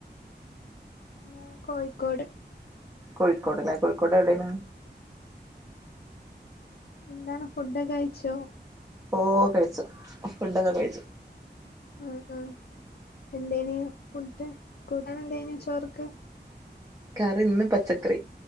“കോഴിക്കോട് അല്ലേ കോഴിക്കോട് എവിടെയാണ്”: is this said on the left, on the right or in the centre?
Right